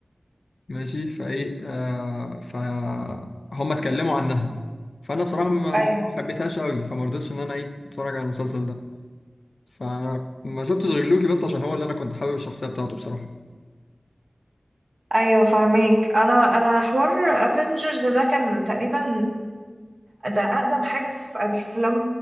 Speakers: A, on the left (about 75°); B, on the right (about 65°).
A: ماشي فايه آه فهم اتكلموا عنها فانا بصراحه ما
B: ايوه
A: ما حبيتهاش قوي فما رضيتش ان انا ايه اتفرج على المسلسل ده فانا ما شفتش غير لوكي بس عشان هو اللي انا كنت حابب الشخصيه بتاعته بصراحه
B: ايوه فاهمك انا انا حوار افنجرز ده كان تقريبا ده اقدم حاجه في افلام